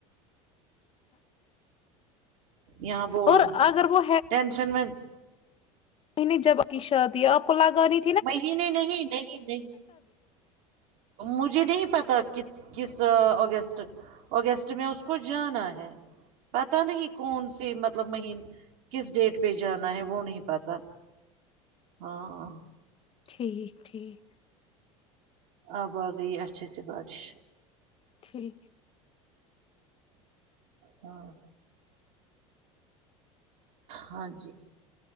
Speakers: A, on the right (about 70°); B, on the left (about 35°).
A: یہاں بول
B: اور اگر وہ
A: ٹینشن میں
B: میں نے جب آ کی شادی ہے آپ کو لگاے
A: وہ نہیں نہیں نہیں نہیں <unintelligible> <unintelligible> مجھے نہیں پتا ک کس اگسٹ اگسٹ میں اس کو جانا ہے پتا نہیں کون سی مطلب مہین کس ڈیٹ پہ جانا ہے وہ نہیں پتا ہاں
B: ٹھیک ٹھیک
A: اب آ گیی اچھے سے بارش
B: ٹھیک ہے <unintelligible>
A: ہاں ہاں جی